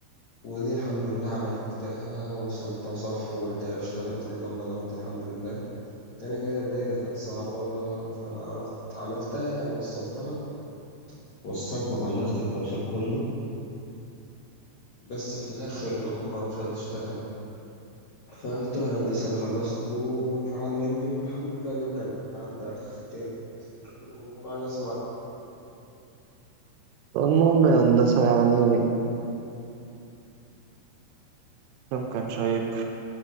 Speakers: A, on the left (about 65°); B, on the right (about 80°).
A: ودي الحمد لله عملتها وصلتها صح والدايرة اشتغلت واللمبة نورت الحمد لله تاني كده دايرة كانت صعبة فما عرفت عملتها يعني وصلتها وصلت وخلصت التوصيل كله بس في الآخر اللمبة مش هتشتغل فقلت له يا هندسة أنا خلصت وعلم لي والحمد لله اليوم كان عدى على خير وعايز أسمع
B: المهم يا هندسة يعني اليوم كان شيق